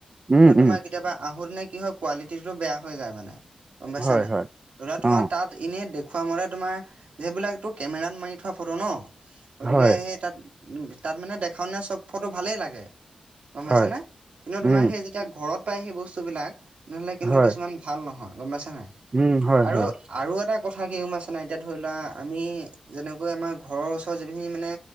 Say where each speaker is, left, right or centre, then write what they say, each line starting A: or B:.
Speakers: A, on the right (about 35°); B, on the right (about 70°).
A: উম
B: কিন্তু তোমাৰ
A: উম
B: কেতিয়াবা আহোতেনে কি হয়, কোৱালিটিটো বেয়া হৈ যায় মানে। গম পাইছা
A: হয়
B: নাই?
A: হয়
B: ধৰি লোৱা তোমাৰ
A: অ
B: তাত এনেই দেখুুৱাাম মতে তোমাৰ, সেইবিলাকটো কেমেৰাত মাৰি থোৱা ফটো ন? গতিকে
A: হয়
B: সেই তাত-তাত মানে দেখাওঁনে চব ফটো ভালেই লাগে। গম পাইছানে?
A: হয়
B: কিন্তু তোমাৰ
A: উম
B: সেই যেতিয়া ঘৰত পায় সেই বস্তু বিলাক তেনেহ'লে কিন্তু
A: হয়
B: কিছুমান ভাল নহয়, গম পাইছে নাই?
A: উম হয়
B: আৰু,
A: হয়
B: আৰু এটা কথা কি গম পাইছে নাই এতিয়া ধৰি লোৱা আমি যেনেকৈ আমাৰ ঘৰৰ ওচৰৰ যিখিনি মানে